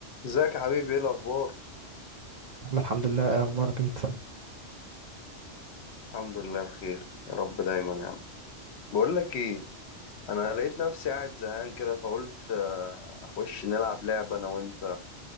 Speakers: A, on the left; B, on the right.
A: ازيك يا حبيبي ايه الاخبار
B: أنا الحمد لله إيه اخبارك انت
A: الحمد لله بخير يا رب دايما يا عم بقول لك ايه انا لقيت نفسي قاعد زهقان كده فقلت آه، اخش نلعب لعبه انا وانت